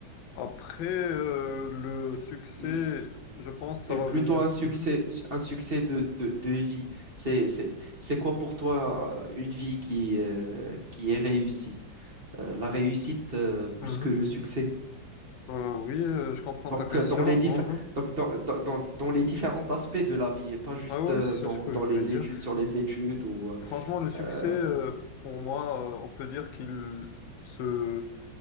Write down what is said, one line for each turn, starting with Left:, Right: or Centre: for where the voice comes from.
Left: Après, euh, le succès,
Right: et
Left: je pense que ça
Right: et
Left: va
Right: plutôt
Left: venir.
Right: un succès,
Left: Mhm,
Right: un succès de, de, de vie. C'est, c'est, c'est quoi pour toi euh, une vie qui, euh, qui est réussie? Euh, la réussite euh, plus
Left: mhm.
Right: que le succès.
Left: Euh, oui, euh, je comprends
Right: Donc,
Left: ta question.
Right: euh, dans les diffé-
Left: Mhm.
Right: donc dans, dans, dans- dans les différents aspects de la vie, et pas juste
Left: Ah ouais,
Right: euh,
Left: c'est
Right: dans,
Left: ce que
Right: dans
Left: je voulais
Right: les
Left: dire.
Right: études, sur les études ou... euh,
Left: Franchement, le succès,
Right: euh,
Left: euh, pour moi, euh, on peut dire qu'il se